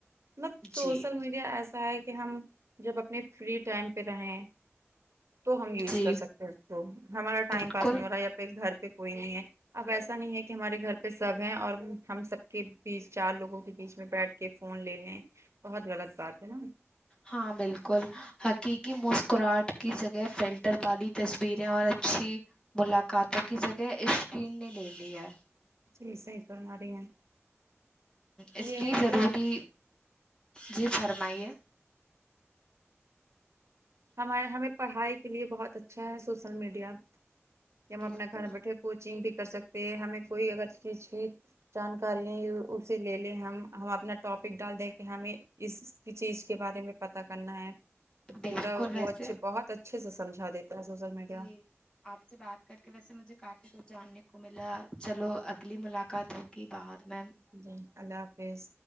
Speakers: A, on the right (about 70°); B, on the left (about 20°).
A: مطلب شوشل
B: جی
A: میڈیا ایسا ہے کہ ہم جب اپنے فری ٹائم پہ رہے تو ہم یوز
B: جی
A: کر سکتے ہیں اس کو ہمارا ٹائم
B: بالکل
A: پاس نہیں ہو رہا ہے گھر پہ کوئی نہیں ہے اب ایسا نہیں ہے کہ ہمارے گھر پہ سب ہے اور ہم سب کے بیچ چار لوگوں کے بیچ میں بیٹھ کے فون لے لیں بہت غلط بات ہے نا
B: ہاں بالکل حقیقی مسکراہٹ کی جگہ فلٹر والی تصویریں اور اچھی ملاقاتوں کی جگہ اسکرین نے لے لیا ہے
A: جی صحیح فرما رہی ہے
B: اس
A: یہ
B: لیے ضروری
A: کہ
B: جی فرمائیے
A: ہمارے ہمیں پڑھائی کے لیے بہت اچھا ہے سوسل میڈیا کی ہم
B: بالکل
A: اپنا گھر بیٹھے کوچنگ بھی کر سکتے ہیں ہمیں کوئی اگر چیز کی جانکارییا اسے لے لیں ہم ہم اپنا ٹاپک ڈال دیں کہ ہمیں اس کی چیز کے بارے میں پتہ کرنا ہے تو
B: بالکل
A: پورا وہ
B: ویسے
A: اچھے بہت اچھے سے سمجھا دیتا ہے سوشل میڈیا
B: جی آپ سے بات کر کے ویسے مجھے کافی کچھ جاننے کو ملا چلو اگلی ملاقات ہوگی بعد میں
A: جی اللہ حافظ